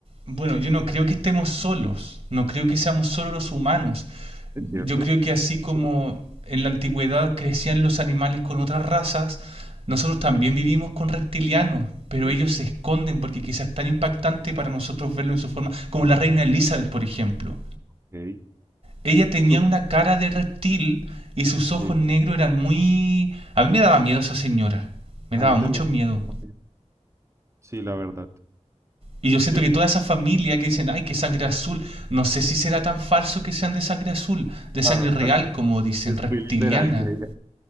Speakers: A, on the right; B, on the right.
A: bueno, yo no creo que estemos solos, no creo que seamos solo los humanos.
B: ¿Es
A: Yo
B: cierto?
A: creo que así como
B: Sor-
A: en la antigüedad crecían los animales con otras razas, nosotros también vivimos con reptilianos, pero
B: Sí,
A: ellos se esconden porque quizás es tan impactante para nosotros verlo en su forma, como la reina Elizabeth, por ejemplo.
B: ok. ok.
A: Ella tenía
B: Tú,
A: una cara de reptil y sus ojos
B: sí,
A: negros eran muy... A mí me daba miedo esa señora, me
B: a
A: daba
B: mí
A: mucho
B: también.
A: miedo.
B: también. Sí, la verdad.
A: Y yo siento
B: Yo,
A: que toda esa familia que dicen, ay, que sangre azul, no sé si será tan falso que sean de sangre azul, de sangre
B: ah,
A: real,
B: tal vez
A: como dicen,
B: es
A: reptiliana.
B: muy literal que diga,